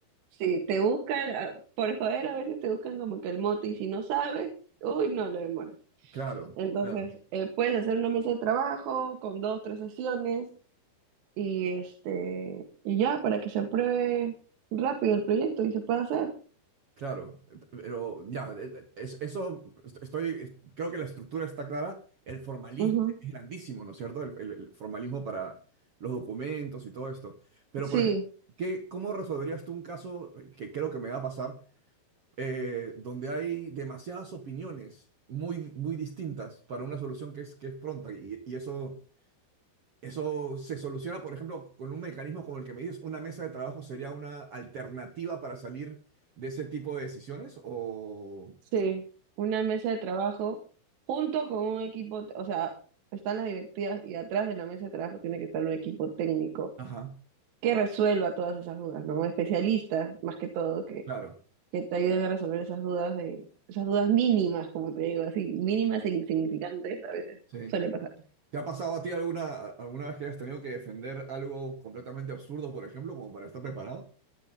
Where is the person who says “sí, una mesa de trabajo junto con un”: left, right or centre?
Right